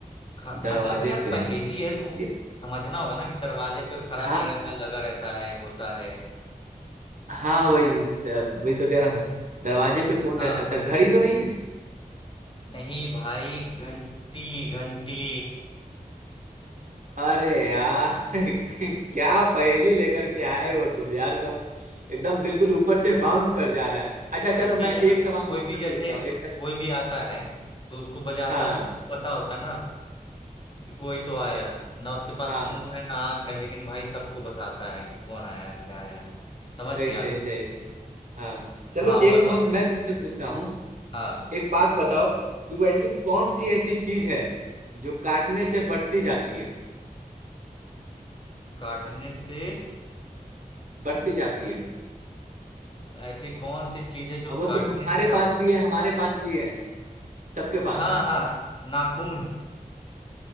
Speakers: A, on the left; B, on the right.
A: ख-
B: दरवाजे
A: मतलब यार
B: पे
A: पहेली है तो
B: ये-
A: समझना होगा ना कि दरवाजे पे खड़ा
B: हाँ
A: नहीं रहता लगा रहता है होता है
B: हाँ वही वही तो कह रहा हूँ दरवाजे पे कौन
A: हाँ
B: रह सकता है घड़ी तो नहीं है
A: नहीं भाई घंटी घंटी
B: अरे यार <laughs> क्या पहेली लेकर के आए हो तुम यार सब एकदम बिल्कुल ऊपर से बाउंस कर जा रहा है अच्छा चलो
A: घंटी
B: मैं
A: है
B: एक
A: ना
B: सवाल
A: कोई
B: तुमसे
A: भी जैसे
B: पूछता हूँ एक
A: कोई भी आता है तो उसको बजाता
B: हाँ
A: है तो उसको पता होता है ना कि कोई तो आया ना उसके पास
B: हाँ
A: मुंह है ना आंख है लेकिन भाई सबको बताता है कि कौन आया क्या आया समझ
B: सही
A: गया
B: सही सही सही हाँ चलो
A: हाँ आप
B: एक
A: बताओ
B: मु- मैं तुमसे पूछता हूँ
A: हाँ
B: एक बात बताओ कि वो ऐसी कौन सी ऐसी चीज है जो काटने से बढ़ती जाती है
A: काटने से
B: बढ़ती जाती है
A: ऐसी कौन सी चीज है जो
B: अब वो
A: काटने
B: तुम्हारे
A: से
B: पास
A: बढ़ती
B: भी है हमारे पास भी है सबके पास
A: हाँ
B: है
A: हाँ नाखून